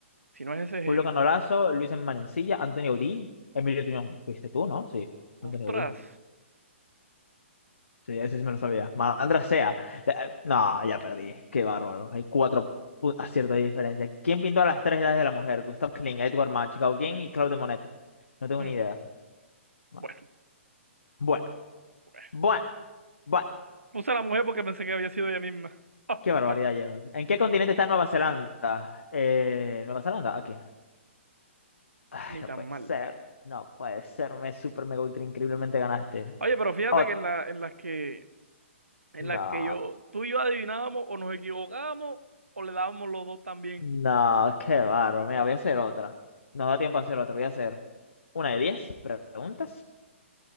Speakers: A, on the right (about 85°); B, on the left (about 70°).
A: Si no es ese, es
B: Julio
A: el
B: Canolazo,
A: otro.
B: Luis Manencilla, Antonio Audí, Emilio Tuñón. Fuiste tú, ¿no? Sí, Antonio
A: Ostras.
B: Audí. Sí, ese sí me lo sabía. Malandra sea. Eh, eh, No, ya perdí. Qué bárbaro. Hay cuatro pu- aciertos de diferencia. ¿Quién pintó a las tres edades de la mujer? Gustav Klimt, Edward Munch, Gauguin y Claude Monet. No tengo
A: Hmm.
B: ni idea. No.
A: Bueno,
B: Bueno,
A: bueno.
B: bueno, bueno.
A: Puse a la mujer porque pensé que había sido ella misma. <laughs>
B: Qué barbaridad, Jamie. ¿En qué continente está Nueva Zelanda? Eh, Nueva Zelanda, aquí. Ay,
A: Ni
B: no puede
A: tan mal.
B: ser, no puede ser, me super mega ultra increíblemente ganaste.
A: Oye, pero fíjate
B: Oh,
A: que en la, en las que en
B: no,
A: la que yo, tú y yo adivinábamos o nos equivocábamos o le dábamos los dos también.
B: no, qué bárbaro. Mira, voy a hacer otra. Nos da tiempo a hacer otra. Voy a hacer una de 10 preguntas